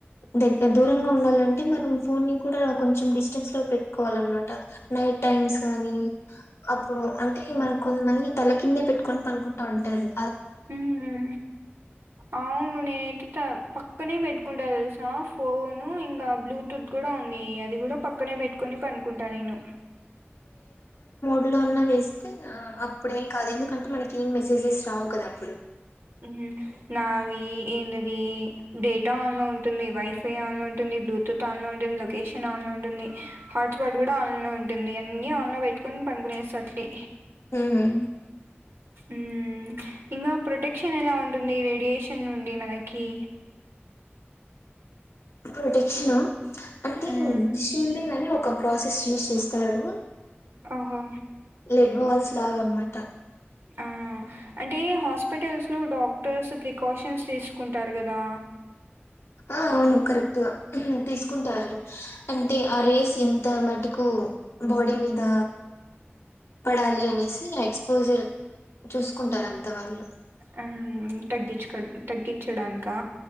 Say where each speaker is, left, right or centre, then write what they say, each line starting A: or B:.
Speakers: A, on the left; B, on the right.
A: దగ్గర దూరంగా ఉండాలంటే మనం ఫోన్ ని కూడా కొంచెం డిస్టెన్స్ లో పెట్టుకోవ్లన్నమాట నైట్ టైమ్స్ గానీ అప్పుడు అయితే మరి కొంత మంది తల కిందే పెట్టుకొని పనుకుంటుంటారు
B: ఉహ్ అవును నేనైతే త ప పక్కనే పెట్టుకుంటా తెల్సా ఫోను ఇంకా బ్లూటూత్ కూడా ఉంది అది కూడా పక్క పక్కనే పెట్టుకొని పనుకుంటా నేను
A: ఆన్లో ఉన్నా వేస్టే ఆ అప్పుడు కేందుకంటే మనకేం మెసేజెస్ రావు కదా అప్పుడు
B: ఉహ్ నావి ఏందది డేటా ఆన్ లో ఉంటుంది వైఫై ఆన్ లో ఉంటుంది బ్లూటూత్ ఆన్లో ఉంటుంది లొకేషన్ ఆన్లో ఉంటుంది హాట్స్పాట్ కూడా ఆన్లో ఉంటుంది అన్ని ఆన్లో పెట్టుకుని ఉహ్ పంగునె సట్లీ
A: ఉహ్
B: ఉహ్ ఇంగ ప్రొటెక్షన్ ఎలా ఉంటుంది రేడియేషన్ నుండి మనకి
A: ప్రొటెక్షనా అంటే
B: మ్మ్
A: షీల్డింగని ఒక ప్రాసెస్ యూస్ చేస్తారు
B: ఆహా
A: లెట్ బాల్స్ లాగ అనమాట
B: ఆ అంటే హాస్పిటల్స్ లో డాక్టర్స్ ప్రికాషన్స్ తీసుకుంటారు గదా.
A: ఆవును కరెక్ట్ త ఉహామ్ తీస్కుంటారు అంటే ఆ రేస్ ఎంత మటుకు బాడీ మీద పడాలి అనేసి ఆ ఎక్సపోసర్ చూస్కుంటాడంట వలు
B: హ్మ్ తాగిచుకో తగ్గిచ్చా దానిక్కా